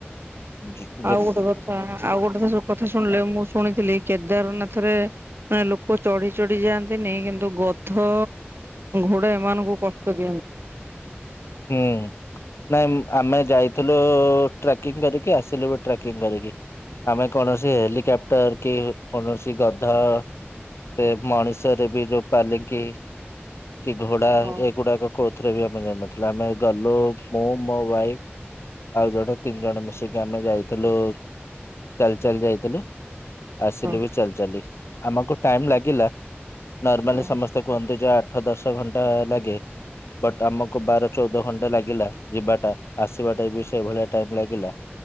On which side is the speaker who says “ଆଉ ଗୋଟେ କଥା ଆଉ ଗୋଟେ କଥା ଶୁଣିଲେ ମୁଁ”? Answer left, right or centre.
Right